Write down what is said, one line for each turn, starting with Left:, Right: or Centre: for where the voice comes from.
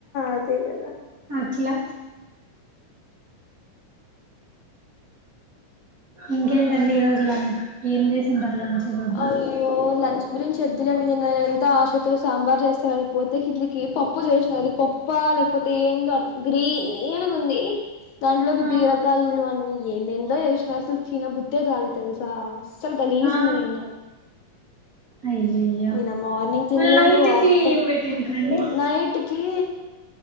Left: అదే కదా
Right: అట్లా ఇంకేంటండి ఈరోజు లంచ్ ఏం చేసిండారు లంచ్ ఈరోజు
Left: అయ్యో లంచ్ గురించి వద్దులెండి నిన్న ఎంతో ఆశతో సాంబార్ చేస్తానని పోతే కిందికి పప్పు చేసినా అది పప్పా లేకపోతే ఏందో అర్ గ్రీన్ గుంది దాంట్లోకి
Right: ఆ
Left: బీరకాయ వలు అన్నీ ఎందేదో ఎసినారు అసలు తిన బుద్ధే కాలే తెలుసా అసలు గలీజు
Right: ఆ
Left: ఉంది నిన్న
Right: అయ్యయ్యో
Left: నిన్న మార్నింగ్ తినలేదు
Right: మళ్ళీ నైట్కి
Left: ఆఫ్టర్
Right: ఏం పెట్టింటారండి
Left: నైట్ కి